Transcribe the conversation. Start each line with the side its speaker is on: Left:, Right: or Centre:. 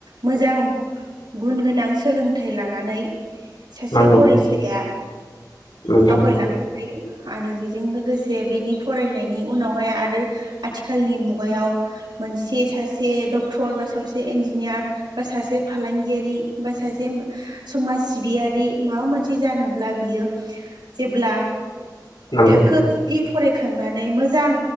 Right: मोजां गुन गोनां सोलोंथाइ लानानै सासे
Left: नंगौ
Right: फरायसाया
Left: नंगौ
Right: आवगायलाङो आवगायो आरो बेजों लोगोसे बेनि फरायनायनि उनावहाय आरो आथिखालनि मुगायाव मोनसे सासे डक्टर बा सासे इन्जिनियार बा सासे फालांगिया रि सासे समाज सिबियारि माबा मोनसे जानोब्ला बियो जेब्ला
Left: नंगौ
Right: थाखो जि फरायखांनानै मोजां